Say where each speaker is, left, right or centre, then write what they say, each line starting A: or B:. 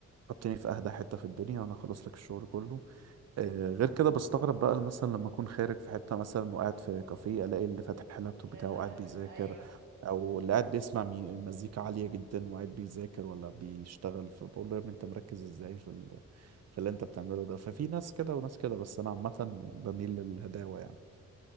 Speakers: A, on the right; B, on the right.
A: حطني في اهدى حتة في الدنيا وانا اخلص لك الشغل كله آه، غير كده بستغرب بقى مثلا لما اكون خارج في حته مثلا وقاعد في كافيه الاقي اللي فاتح اللابتوب
B: الناس
A: بتاعه وقاعد
B: قاعدة بت
A: بيذاكر
B: ايوه
A: او اللي قاعد بيسمع مي- مزيكا عاليه جدا وقاعد بيذاكر ولا بيشتغل فبقول له يا ابني انت مركز ازاي في ال... في اللي انت بتعمله ده ففي ناس كده وناس كده بس انا عامه بميل للهداوه يعني